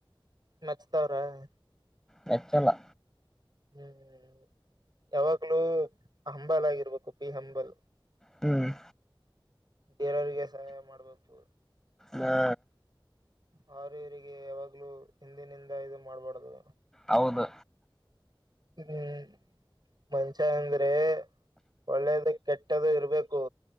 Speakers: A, on the right; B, in the centre.
A: ಮಚ್ತಾವ್ರ <unintelligible>
B: ಮೆಚ್ಚಲ್ಲ.
A: ಹ್ಮ್, ಯಾವಾಗ್ಲೂ ಹಂಬಲ್ ಆಗಿರ್ಬೇಕು. ಬಿ ಹಂಬಲ್,
B: ಹ್ಮ್,
A: ಬೇರೋರಿಗೆ ಸಹಾಯ ಮಾಡ್ಬೇಕು.
B: ಹಾ
A: ಅವರ ಇವರಿಗೆ ಯಾವಾಗ್ಲೂ ಹಿಂದಿನಿಂದ ಇದು ಮಾಡ್ಬಾರದು.
B: ಹೌದು,
A: ಹ್ಮ್, ಮನುಷ್ಯ ಅಂದ್ರೆ., ಒಳ್ಳೇದ ಕೆಟ್ಟದು ಇರ್ಬೇಕು.